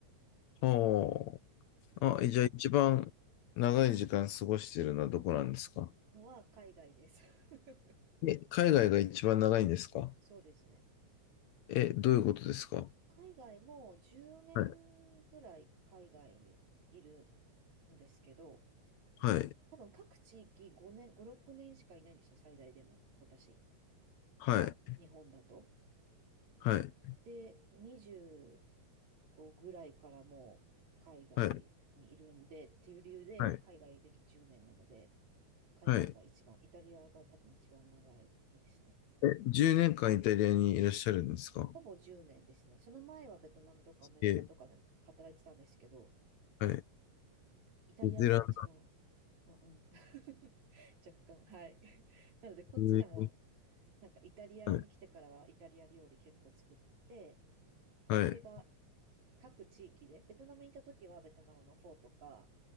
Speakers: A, on the left; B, on the right.
A: ほ
B: うん。
A: う。あ、じゃあ一番長い時間過ごしてるのはどこなんですか
B: のは海外です。<laughs>
A: え、海外が一番長いんですか
B: そうですね。
A: え、どういうことですか
B: 海外もう10年ぐらい海外にいる
A: はい、
B: んですけど、
A: はい、
B: 多分各地域5年、5、6年しかいないんですよ、最大でも。私。
A: はい、
B: 日本だと。
A: はい、
B: で、25ぐらいからもう海外にいるんでっていう理由で海外歴10年なので、
A: はい、はい、
B: 海外が一番、
A: はい。
B: イタリアが多分一番長いですね。
A: え、10年間イタリアにいらっしゃるんですか
B: ほぼ10年ですね。その前はベトナムとかアメリカとかでも働いてたんですけど、
A: え、はい。
B: イタリアが一番、
A: ベテラン
B: な、うん。<laughs> 若干、はい。なので、こっちでも、
A: で
B: なんかイタリアに来てからはイタリア料理結構作ってて、
A: はい、はい、
B: それが各地域で、ベトナムにいた時はベトナムのフォーとか、